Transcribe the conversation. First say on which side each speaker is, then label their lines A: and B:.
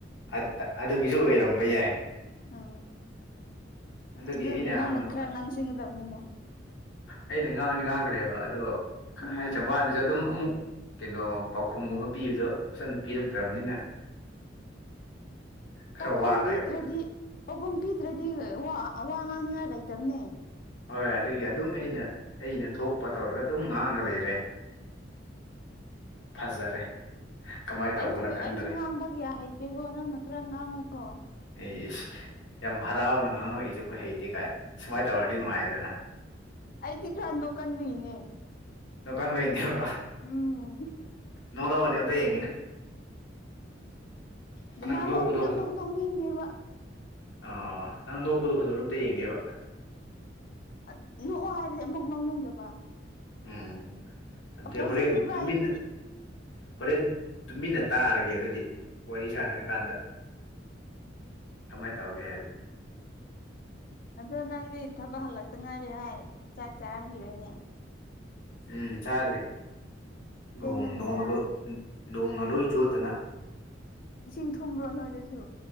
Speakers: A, on the left; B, on the left.
A: ꯑꯠ ꯑꯑꯗꯨꯒꯤꯖꯨ ꯑꯣꯏꯔꯝꯕ ꯌꯥꯏ
B: ꯎꯝ
A: ꯑꯗꯨꯒꯤ
B: ꯑꯗꯨ
A: ꯑꯩꯅ
B: ꯅꯪꯅꯪ
A: ꯍꯪꯕ
B: ꯈꯔ ꯉꯥꯡꯁꯤꯡꯒꯗꯕꯅꯤꯅꯦ
A: ꯑꯩꯅ ꯉꯥꯡꯉꯗꯤ ꯉꯥꯡꯒꯔꯦꯕ ꯑꯗꯣ
B: ꯎꯝ
A: ꯍꯥꯏꯔꯤꯁꯦ ꯃꯅꯤꯁꯨ ꯑꯗꯨꯝ ꯑꯃꯨꯛ ꯀꯩꯅꯣ ꯄꯥꯎꯈꯨꯝꯒꯨꯝꯕ ꯄꯤꯕꯗꯣ ꯐꯖꯅ ꯄꯤꯔꯛꯇ꯭ꯔꯕꯅꯤꯅ
B: ꯎꯝ
A: ꯈꯔ
B: ꯄꯥꯎꯈꯨꯝ
A: ꯋꯥꯈ꯭ꯔꯦꯕ
B: ꯄꯤꯗ꯭ꯔꯗꯤ ꯄꯥꯎꯈꯨꯝ ꯄꯤꯗ꯭ꯔꯗꯤ ꯋꯥ ꯑꯥ ꯋꯤ ꯉꯥꯡꯅꯤꯡꯉꯥꯏ ꯂꯩꯇꯕꯅꯦ
A: ꯍꯣꯏ ꯑꯗꯨꯒꯤ ꯑꯗꯨꯝ ꯑꯩꯅ ꯑꯩꯅ ꯊꯣꯛꯄ ꯇꯧꯔꯒ ꯑꯗꯨꯝ ꯉꯥꯡꯉ ꯂꯩꯔꯦ ꯐꯖꯔꯦ ꯀꯃꯥꯏꯅ
B: ꯑꯩꯁꯨ
A: ꯇꯧꯕꯅꯣ ꯈꯪꯗꯔꯦ
B: ꯑꯩꯁꯨ ꯉꯥꯡꯕ ꯀꯌꯥ ꯍꯩꯇꯦꯀꯣ ꯅꯪꯅ ꯈꯔ ꯉꯥꯡꯉꯨꯀꯣ
A: ꯑꯩꯁ ꯌꯥꯝ ꯍꯔꯥꯎꯅ ꯉꯥꯡꯉꯛꯏꯁꯤꯕꯨ ꯍꯩꯇꯦ ꯀꯥꯏ ꯁꯨꯃꯥꯏ ꯇꯧꯔꯗꯤ ꯅꯨꯡꯉꯥꯏꯗꯅ
B: ꯑꯩꯗꯤ ꯈꯔ ꯅꯣꯛꯀꯟꯕꯩꯅꯦ
A: ꯅꯗꯨꯀꯥꯟꯕꯩꯅꯦꯕ
B: ꯎꯝ
A: ꯅꯣꯛꯂꯛꯑꯣꯅꯦ ꯑꯝꯇ ꯌꯦꯡꯒꯦꯅꯦ
B: ꯑꯗꯨꯃꯥꯏ
A: ꯅꯪ ꯅꯣꯛꯄꯗꯣ
B: ꯍꯥꯏꯔꯗꯤ ꯑꯃꯨꯛ
A: ꯐꯖ
B: ꯅꯣꯛꯅꯤꯡꯗꯦꯕ
A: ꯑꯣ ꯅꯪ ꯅꯣꯛꯄꯗꯣ ꯐꯖꯕꯔ ꯑꯝꯇ ꯌꯦꯡꯒꯦꯕ
B: ꯑꯠ ꯂꯣꯛꯑꯣ ꯍꯥꯏꯕꯗꯤ ꯑꯃꯨꯛ ꯅꯣꯛꯅꯤꯡꯗꯕ
A: ꯎꯝ ꯑꯗꯨꯗꯤ
B: ꯑꯣꯄꯣꯖꯤꯠꯅꯦꯕ
A: ꯍꯣꯔꯦꯟ ꯇꯨꯃꯤꯟꯅ
B: ꯑꯩꯗꯤ
A: ꯍꯣꯔꯦꯟ ꯇꯨꯃꯤꯟꯅ ꯇꯥꯔꯒꯦ ꯑꯗꯨꯗꯤ ꯋꯥꯔꯤ ꯁꯥꯟꯅꯔꯀꯥꯟꯗ ꯀꯃꯥꯏ ꯇꯧꯒꯦ ꯍꯥꯏꯗꯣ
B: ꯑꯗꯣ ꯅꯪꯗꯤ ꯊꯕꯛ ꯍꯜꯂꯛꯇ ꯉꯥꯏꯔꯤ ꯍꯥꯏ ꯆꯥꯛ ꯆꯥꯔꯝꯈꯤꯔꯣꯏꯅꯦ
A: ꯎꯝ ꯆꯥꯗ꯭ꯔꯤ ꯅꯣꯡ
B: ꯊꯦꯡꯉꯅꯤꯗ
A: ꯅꯣꯡꯅ ꯂꯣꯏꯅꯣꯡꯅ ꯂꯣꯏ ꯆꯣꯠꯇꯅ
B: ꯏꯁꯤꯡ ꯊꯨꯝꯕ꯭ꯔꯣ ꯅꯣꯏꯗꯁꯨ